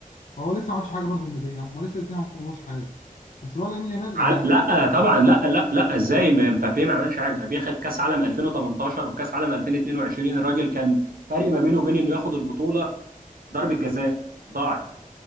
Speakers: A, on the left (about 60°); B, on the right (about 80°).
A: فهو لسه ما عملش حاجه برضه مبابي يعني هما لسه الاثنين ما عملوش حاجه بس الولد يمين يامال
B: عل...
A: يعني
B: لا طبعا لا لا لا ازاي ما- مبابي ما عملش حاجه مبابي خد كاس عالم 2018 وفي كاس عالم 2022 الراجل كان فرق ما بينه وبين انه ياخد البطوله ضربه جزاء ضاعت